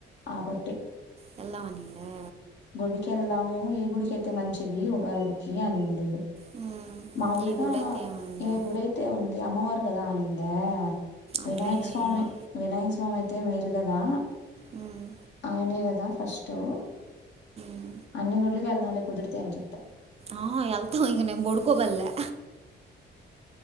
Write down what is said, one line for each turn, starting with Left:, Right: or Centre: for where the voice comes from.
Left: ఆబట్టి
Right: వెళ్దామనిందే
Left: గుడికి వెళ్దాం ఏ గుడికియితే మంచిది ఉగాదికి అనింది
Right: మ్మ్.
Left: మాములుగా
Right: ఏ గుడి అయితే ఏమైందే
Left: ఏ గుడయితే ఉంది అమ్మవారికి పోదాం అనిందా వినాయక
Right: అట్లేం లేదమ్మా
Left: స్వామి వినాయక స్వామి అయితే మేలు కదా
Right: మ్మ్,
Left: ఆయనే కదా ఫస్ టూ
Right: మ్మ్.
Left: అన్ని గుడ్లుకి వెళ్దాంలే కుదురితే అని చెప్తా.
Right: ఆ ఎల్తం ఇగ నేను బడుకోబల్లె